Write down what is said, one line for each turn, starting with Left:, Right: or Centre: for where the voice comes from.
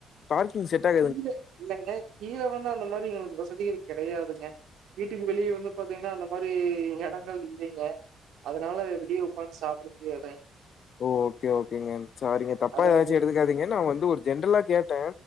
Left: பார்க்கிங் செட்டாயி
Right: கீழ இல்லங்க கீழ வந்து அந்த மாதிரி எங்களுக்கு வசதிகள் கெடையாதுங்க வீட்டுக்கு வெளியே வந்து பாத்தீங்கன்னா அந்த மாரி எடங்கள் இல்லைங்க அதனால வெளியே உக்காந்து சாப்ட முடியாது
Left: ஓ ஓகே ஓகேங்க சாரீங்க தப்பா
Right: அதனால
Left: ஏதாச்சு எடுத்துக்காதீங்க நா வந்து ஒரு ஜென்ரலா கேட்ட